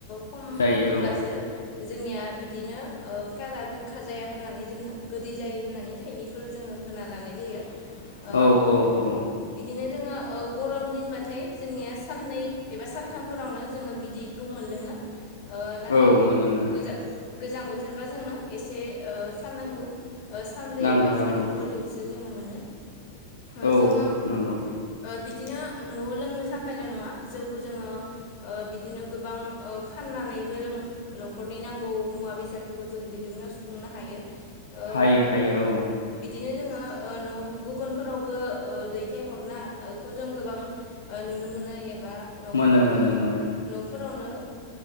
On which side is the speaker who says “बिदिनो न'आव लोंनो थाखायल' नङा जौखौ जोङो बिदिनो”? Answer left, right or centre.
Left